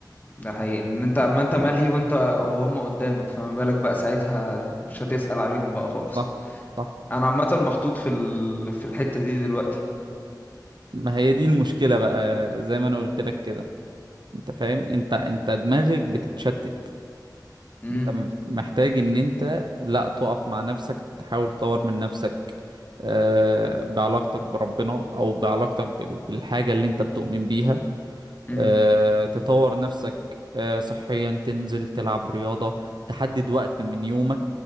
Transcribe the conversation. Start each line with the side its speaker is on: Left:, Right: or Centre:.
Left: ده حقيقي إن أنت أما أنت ملهي وأنت وهم قدامك فما بالك بقى ساعتها مش هتسأل عليهم بقى خالص
Right: صح صح
Left: أنا عامة محطوط في ال... في الحتة دي دلوقتي
Right: ما هي دي المشكلة بقى زي ما انا قلت لك كده انت فاهم انت انت دماغك بتتشتت
Left: امم
Right: انت م- محتاج ان انت لا تقف مع نفسك تحاول تطور من نفسك آه، بعلاقتك بربنا او بعلاقتك بال- بالحاجة اللي انت بتؤمن بيها
Left: امم
Right: آه، تطور نفسك آه، صحيا تنزل تلعب رياضة تحدد وقت من يومك